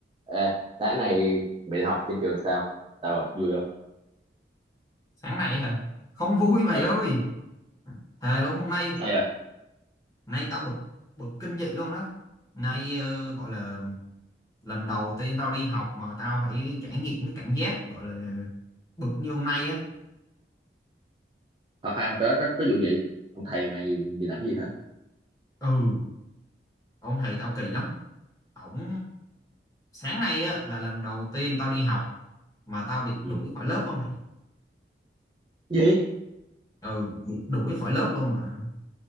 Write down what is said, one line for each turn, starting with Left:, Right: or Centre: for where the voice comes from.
Right: Ê, sáng nay mày học trên trường sao? Sao à? Vui không?
Left: sáng nay hả không vui mày
Right: Ừ,
Left: ơi thề luôn hôm nay
Right: sao à?
Left: nay tao bực bực kinh dị luôn á nay ờ, gọi là lần đầu tiên tao đi học mà tao phải trải nghiệm cái cảm giác gọi là bực như hôm nay á
Right: Khoan khoan mà có, có, có vụ gì? Ông thầy mày bị làm gì hả?
Left: ừ ông thầy tao kỳ lắm ổng sáng nay á là lần đầu tiên tao đi học mà tao bị
Right: Ừ.
Left: đuổi khỏi lớp á mày
Right: Gì?
Left: ừ bị đuổi khỏi lớp luôn mà